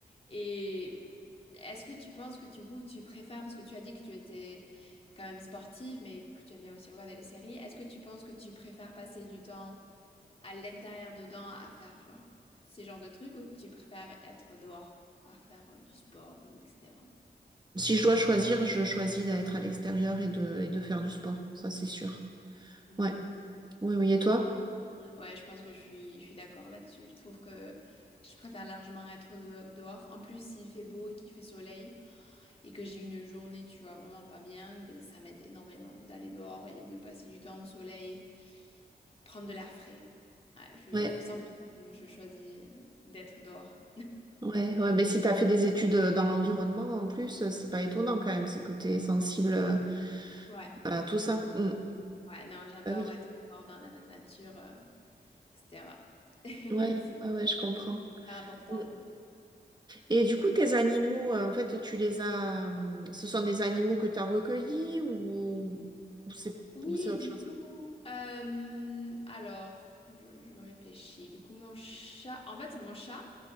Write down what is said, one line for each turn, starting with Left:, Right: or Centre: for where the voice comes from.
Left: Et est-ce que tu penses que du coup tu préfères, parce que tu as dit que tu étais quand même sportive, mais que tu aimes bien aussi regarder les séries, est-ce que tu penses que tu préfères passer du temps à l'intérieur dedans à faire genre ces genres de trucs ou tu préfères être dehors à faire euh, du sport ou etc.
Right: Si je dois choisir, je choisis d'être à l'extérieur et de... et de faire du sport, ça c'est sûr.
Left: Mhm.
Right: Ouais, oui, oui, et toi?
Left: Ouais, je pense que je suis, je suis d'accord là-dessus. Je trouve que je préfère largement être de- dehors. En plus, s'il fait beau et qu'il fait soleil, et que j'ai une journée, tu vois, vraiment pas bien, ben, ça m'aide énormément d'aller dehors et de passer du temps au soleil, prendre de l'air frais. Ouais, je,
Right: Ouais.
Left: cent, pour cent, je choisis euh, d'être dehors.
Right: Ouais, ouais, mais si tu as fait des études euh, dans l'environnement, en plus, euh, c'est pas étonnant quand même, c'est que tu es sensible euh,
Left: Ouais,
Right: à tout ça. Mm.
Left: ouais, non, j'adore
Right: Ah oui,
Left: être dehors dans la nature, euh, etc. <laughs>
Right: ouais,
Left: C'est
Right: ah ouais, je comprends.
Left: hyper important.
Right: Mm. Et du coup, tes animaux, euh, en fait, tu les as. hum, Ce sont des animaux que tu as recueillis ou, ou c'est
Left: Oui,
Right: ou c'est autre
Left: du
Right: chose?
Left: coup, euh, alors, quand je, je réfléchis, du coup, mon chat, en fait, mon chat,